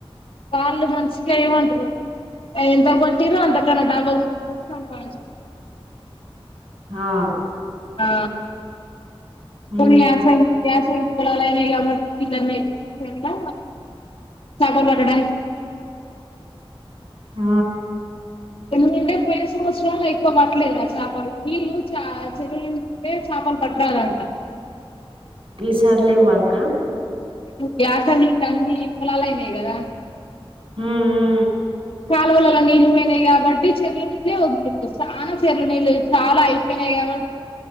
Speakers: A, on the left; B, on the right.
A: వాళ్ళు మంచిగా ఏమంటారు ఎంత గొట్టిర్రు అంత కన డబుల్ చూపిస్తాం వాళ్లకి
B: హా
A: ఆ
B: హ్మ్
A: పోనీ యా సైడ్ యా సైడ్ పోలాలయి నాయి కాబట్టి <unintelligible> ఇట్లా చాపల్ పట్టడానికి
B: ఆ
A: ఎందుకంటే పోయినా సంవత్సరం ఎక్కువ పట్టలేదు రా చాపలు నీళ్ళు చే చెరువు నిండితే చాపలు పట్టాలంట
B: ఈ సారి లేవ అక్క
A: వ్యాసన్ని తన్వి కుొలాలు అయినాయి కదా
B: హూ హూ
A: కాాలవలలా నీళ్ళు పోయినాయి కాబట్టి చెరలు నీళ్ళేలే చాలా చెరలు నీళ్ళు చాలా అయిపోయినాయి కాబట్టి